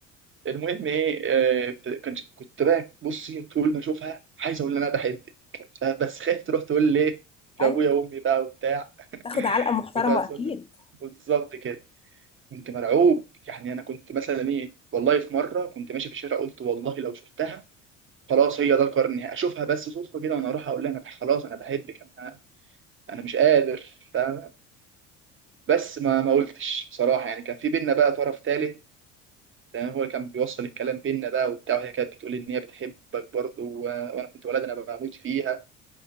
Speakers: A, on the right; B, on the left.
A: المهم ايه آه، بت- كنت كنت بقى بصي طول ما اشوفها عايز اقول لها انا بحبك آه، بس خايف تروح تقول ليه لابويا
B: <laughs> ايوه
A: وامي بقى وبتاع <laughs>
B: تاخد علقه محترمه
A: كنت عايز
B: اكيد
A: أقول لك بالظبط كده كنت مرعوب يعني انا كنت مثلا ايه والله في مره كنت ماشي في الشارع قلت والله لو شفتها خلاص هي ده القرار النهائي اشوفها بس صدفه كده وانا اروح اقول لها انا بح- خلاص انا بحبك انا انا مش قادر فاهمة؟ بس ما ما قلتش بصراحه يعني كان في بينا بقى طرف ثالث لان هو كان بيوصل الكلام بينا بقى وبتاع وهي كانت بتقول ان هي بتحبك برضه و- وانا كنت ولد انا بموت فيها